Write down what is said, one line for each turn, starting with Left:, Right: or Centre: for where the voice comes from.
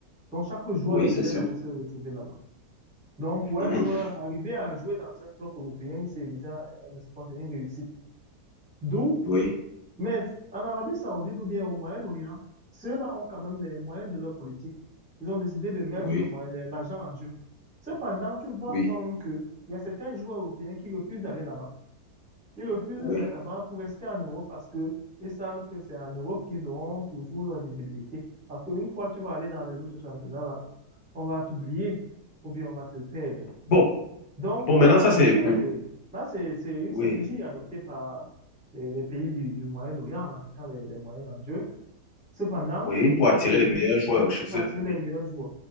Centre: Donc, chaque joueur
Left: oui,
Centre: aimerait
Left: c'est sûr.
Centre: d'abord se retrouver là-bas. Donc, pour
Left: Mhm.
Centre: un joueur, arriver à jouer dans un club européen, c'est déjà un espoir, c'est une réussite. D'où
Left: Oui,
Centre: mais en Arabie Saoudite ou bien au Moyen-Orient, ceux-là ont quand même les moyens de leur politique. Ils ont décidé de mettre
Left: oui,
Centre: le moyen, l'argent en jeu. Cependant, tu vois
Left: oui,
Centre: vraiment qu'il y a certains joueurs européens qui refusent d'aller là-bas. Ils refusent
Left: oui.
Centre: d'aller là-bas pour rester en Europe parce que ils savent que c'est en Europe qu'ils auront toujours la visibilité. Parce qu'une fois que tu vas aller dans les autres championnats, là, on va t'oublier ou bien on va te perdre.
Left: Bon,
Centre: Donc, pour
Left: bon, maintenant,
Centre: la-
Left: ça,
Centre: l'Afrique,
Left: c'est pour,
Centre: euh, là, c'est, c'est une
Left: oui,
Centre: stratégie adoptée par euh, les pays du, du Moyen-Orient en mettant les, les moyens en jeu. Cependant,
Left: oui,
Centre: on voit
Left: pour attirer
Centre: que
Left: les meilleurs joueurs chez
Centre: pour
Left: eux.
Centre: attirer les
Left: Oui,
Centre: meilleurs joueurs.